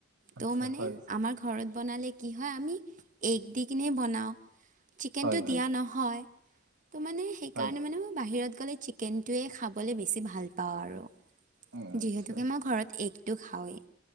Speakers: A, on the right (about 70°); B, on the right (about 40°).
A: আচ্ছা
B: ত' মানে
A: হয়
B: আমাৰ ঘৰত বনালে কি হয়? আমি এগ দি কিনে বনাওঁ চিকেনটো
A: হয় হয়
B: দিয়া নহয়। ত' মানে সেইকাৰণে
A: হয়
B: মানে মই বাহিৰত গ'লে চিকেনটোৱে খাবলৈ বেছি ভাল পাওঁ আৰু।
A: উম, আচ্ছা
B: যিহেতুকে মই ঘৰত এগটো খাওঁৱেই